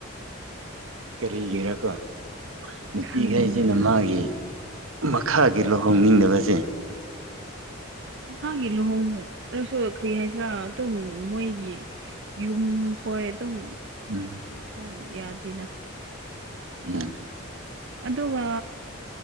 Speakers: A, on the right; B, on the right.
A: ꯀꯔꯤꯒꯤꯔꯀꯣ
B: ꯁꯤꯁꯤꯅꯤ
A: ꯅꯨꯄꯤꯈꯩꯁꯤꯅ
B: ꯈꯪꯗꯦ
A: ꯃꯥꯒꯤ ꯃꯈꯥꯒꯤ ꯂꯨꯍꯣꯡꯅꯤꯡꯗꯕꯁꯦ
B: ꯃꯈꯥꯒꯤ ꯂꯨꯍꯣꯡ ꯔꯁꯨ ꯀꯔꯤ ꯍꯥꯏꯁꯤꯔꯥ ꯑꯗꯨꯝ ꯃꯣꯏꯒꯤ ꯌꯨꯝ ꯈꯣꯏ ꯑꯗꯨꯝ
A: ꯎꯝ
B: ꯑꯩꯈꯣꯏ ꯌꯥꯗꯦꯅ
A: ꯎꯝ
B: ꯑꯗꯨꯒ